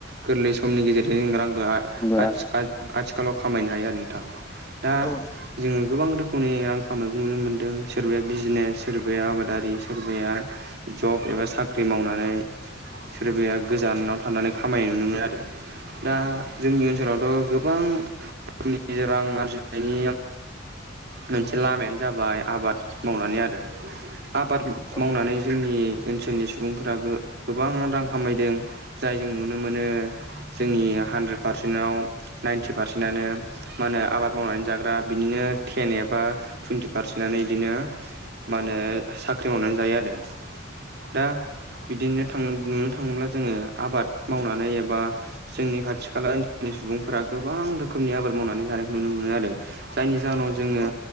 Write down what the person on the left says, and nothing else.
होनबा
औ
औ
औ